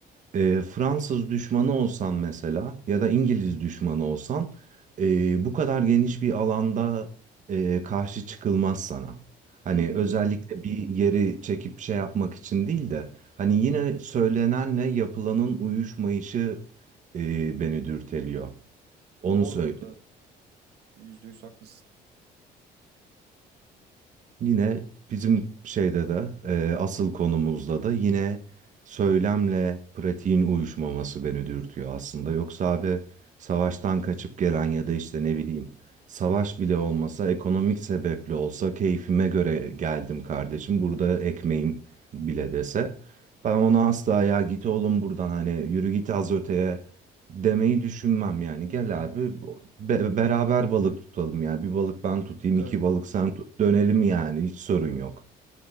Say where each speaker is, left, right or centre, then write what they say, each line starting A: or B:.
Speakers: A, on the right (about 45°); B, on the right (about 75°).
A: Ee, Fransız düşmanı olsan mesela ya da İngiliz düşmanı olsan ee, bu kadar geniş bir alanda ee, karşı çıkılmaz sana. Hani
B: Hı hı.
A: özellikle bir yeri çekip şey yapmak için değil de hani yine söylenenle yapılanın uyuşmayışı ee, beni dürteliyor. Onu
B: Doğru
A: söyle
B: burada yüzde yüz haklısın.
A: Yine bizim şeyde de e, asıl konumuzda da yine söylemle pratiğin uyuşmaması beni dürtüyor aslında. Yoksa abi savaştan kaçıp gelen ya da işte ne bileyim savaş bile olmasa ekonomik sebeple olsa keyfime göre geldim kardeşim burada ekmeğim bile dese ben ona asla ya git oğlum buradan hani yürü git az öteye demeyi düşünmem yani. Gel abi be- beraber balık tutalım yani. Bir balık ben tutayım,
B: Tabii
A: iki balık sen tut. Dönelim yani hiç sorun yok.